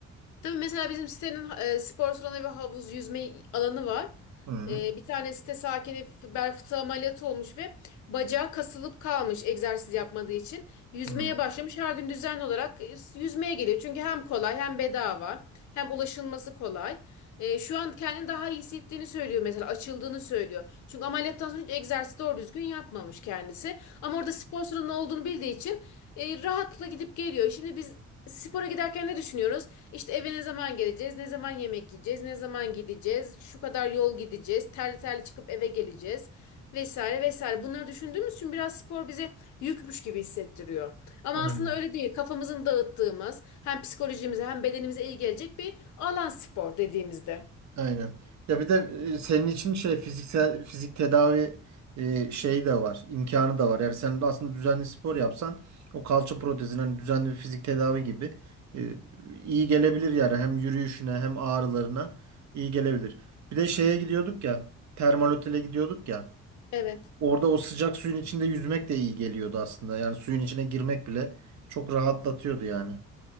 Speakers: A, on the left; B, on the right.
A: Tabii mesela bizim sitenin e, spor salonu ve havuz yüzme alanı var.
B: Hı.
A: E, bir tane site sakini f- bel fıtığı ameliyatı olmuş ve bacağı kasılıp kalmış egzersiz yapmadığı için. Yüzmeye
B: Hı.
A: başlamış her gün düzenli olarak e, yüzmeye geliyor. Çünkü hem kolay hem bedava hem ulaşılması kolay. E, şu an kendini daha iyi hissettiğini söylüyor mesela açıldığını söylüyor. Çünkü ameliyattan sonra hiç egzersiz doğru düzgün yapmamış kendisi. Ama orada spor salonu olduğunu bildiği için e, rahatlıkla gidip geliyor. Şimdi biz Spora giderken ne düşünüyoruz? İşte eve ne zaman geleceğiz, ne zaman yemek yiyeceğiz, ne zaman gideceğiz, şu kadar yol gideceğiz, terli terli çıkıp eve geleceğiz vesaire vesaire. Bunları düşündüğümüz için biraz spor bize yükmüş gibi hissettiriyor. Ama
B: Hı.
A: aslında öyle değil. Kafamızın dağıttığımız hem psikolojimize hem bedenimize iyi gelecek bir alan spor dediğimizde.
B: Aynen. Ya bir de e, senin için şey fiziksel fizik tedavi e, şeyi de var, imkanı da var. Yani sen de aslında düzenli spor yapsan o kalça protezine hani düzenli bir fizik tedavi gibi e, iyi gelebilir yani hem yürüyüşüne hem ağrılarına iyi gelebilir. Bir de şeye gidiyorduk ya, termal otele gidiyorduk ya.
A: Evet.
B: Orada o sıcak suyun içinde yüzmek de iyi geliyordu aslında. Yani suyun içine girmek bile çok rahatlatıyordu yani.